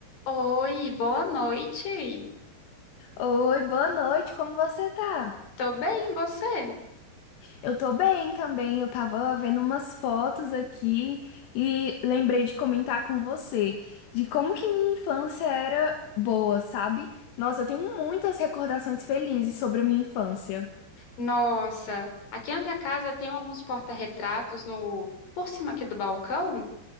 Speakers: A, on the left; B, on the left.
A: Oi, boa noite.
B: Oi, boa noite, como você tá?
A: Tô bem, e você?
B: Eu tô bem também, eu tava vendo umas fotos aqui e lembrei de comentar com você de como que minha infância era boa, sabe? Nossa, eu tenho muitas recordações felizes sobre a minha infância.
A: Nossa, aqui na minha casa tem alguns porta-retratos no por cima aqui do balcão.